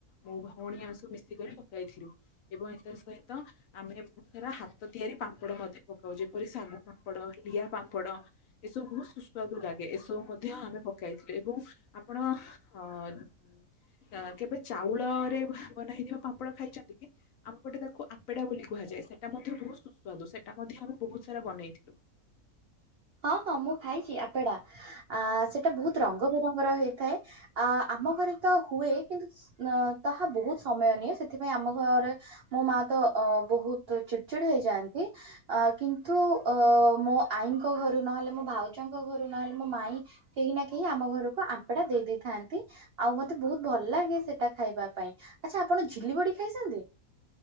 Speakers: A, on the left (about 70°); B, on the right (about 70°).
A: ମୋ ଭଉଣୀ ଆମେ ସବୁ ମିଶିକରି ପକାଇଥିଲୁ। ଏବଂ ଏତେ ସହିତ ଆମେ ସେରା ହାତ ତିଆରି ପାମ୍ପଡ଼ ମଧ୍ୟ ପକାଉ ଯେପରି ଶାଗୁ ପାମ୍ପଡ଼ ଲିଆ ପାମ୍ପଡ଼। ଏସବୁ ବହୁତ ସୁସ୍ୱାଦୁ ଲାଗେ ଏସବୁ ମଧ୍ୟ ଆମେ ପକାଇଥିଲୁ ଏବଂ ଆପଣ ହଁ କେବେ ଚାଉଳରେ ବନାହେଇଥିବା ପାମ୍ପଡ଼ ଖାଇଛନ୍ତି କି? ଆମପଟେ ତାକୁ ଆପେଡ଼ା ବୋଲି କୁହାଯାଏ ସେଟା ମଧ୍ୟ ବହୁତ ସୁସ୍ୱାଦୁ ସେଟା ମଧ୍ୟ ଆମେ ବହୁତ ସାରା ବନେଇଥିଲୁ।
B: ହଁ ହଁ ମୁଁ ଖାଇଛି ଆପେଡା ଆ ସେଟା ବହୁତ ରଙ୍ଗ ବେରଙ୍ଗର ହେଇଥାଏ। ଆ ଆମ ଘରେ ତ ହୁଏ କିନ୍ତୁ ଅ ତାହା ବହୁତ ସମୟ ନିଏ ସେଥିପାଇଁ ଆମ ଘରେ ମୋ ମା ତ ଅ ବହୁତ ଚିଡ଼ଚିଡ ହେଇଯାଆନ୍ତି। ଅ କିନ୍ତୁ ଅ ମୋ ଆଈଙ୍କ ଘରୁ ନହେଲେ ମୋ ଭାଉଜଙ୍କ ଘରୁ ନହେଲେ ମୋ ମାଇଁ କେହି ନା କେହି ଆମ ଘରକୁ ଆମ୍ପେଡା ଦେଇ ଦେଇଥାନ୍ତି। ଆଉ ମତେ ବହୁତ ଭଲ ଲାଗେ ସେଟା ଖାଇବା ପାଇଁ ଆଚ୍ଛା ଆପଣ ଝିଲି ବଡ଼ି ଖାଇଛନ୍ତି।